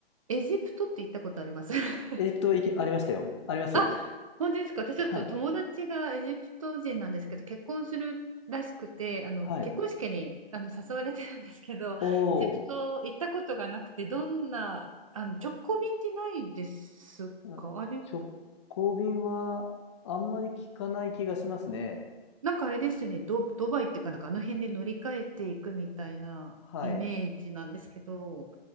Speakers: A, on the right; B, on the left.
A: エジプトって行ったことあります。<laughs>
B: <laughs> えーっと、行き、ありましたよ。ありますよ。
A: あ、本当ですか。私ちょっと友達がエジプト人なんですけど、
B: はい。
A: 結婚するらしくて、あの結婚式にあの誘われてるんですけど、
B: はい。おー。
A: エジプト行ったことがなくて、どんな、あの直行便ってないですかあれ、
B: あ直行便はあんまり聞かない気がしますね。
A: なんかあれですよね、ド、ドバイっていうか、なんかあの辺で乗り換えていくみたいなイメージなんですけど、
B: はい。